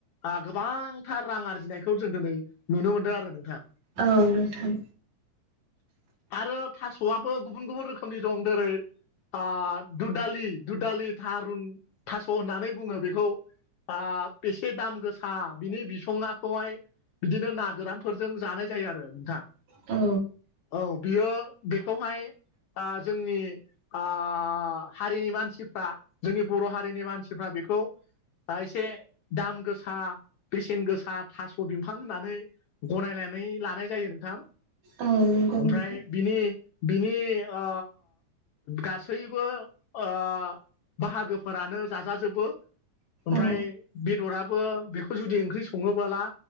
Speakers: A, on the left; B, on the right.
A: ओ गोबांथार रां आरजिनायखौ जों दिनै नुनो मोनदों आरो नोंथां
B: औ नोंथां
A: आरो थास'आबो गुबुन गुबुन रोखोमनि दं जेरै ओ दुदालि दुदालि थारुन थास' होननानै बुङो बेखौ ओ बेसे दाम गोसा बिनि बिसङाखौहाय बिदिनो ना गोरानफोरजों जानाय जायो आरो नोंथां
B: औ
A: औ बियो बेखौहाय आं जोंनि आ हारिनि मानसिफ्रा जोंनि बर' हारिनि मानसिफ्रा बेखौ आ एसे दाम गोसा बेसेन गोसा थास' बिफां होननानै गनायनानै लानाय जायो नोंथां
B: औ नंगौ नोंथां
A: ओमफ्राय बिनि बिनि ओ गासैबो ओ बाहागोफोरानो जाजाजोबो ओमफ्राय
B: औ
A: बेदराबो बेखौ जुदि ओंख्रि सङोबोला